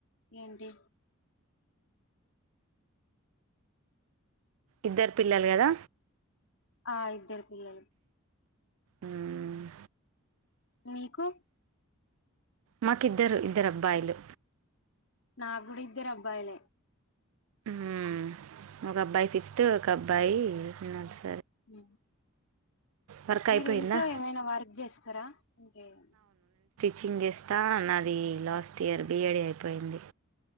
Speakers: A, on the left; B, on the right.
A: ఏంటి?
B: ఇద్దరు పిల్లలు కదా?
A: ఆ, ఇద్దరు పిల్లలు.
B: ఉమ్
A: మీకు?
B: మాకిద్దరు, ఇద్దరు అబ్బాయిలు.
A: నాక్కూడ ఇద్దరు అబ్బాయిలే.
B: మ్మ్ ఒక అబ్బాయి ఫిఫ్త్, ఒక అబ్బాయి యి నర్స్
A: హా హ
B: వర్క్
A: మీరు
B: అయిపోయిందా
A: ఇంట్లో ఏమైనా వర్క్ చేస్తరా ఇంకేమైన?
B: చింగ్ ఇస్తా, నాది last year B E D అయిపోయింది.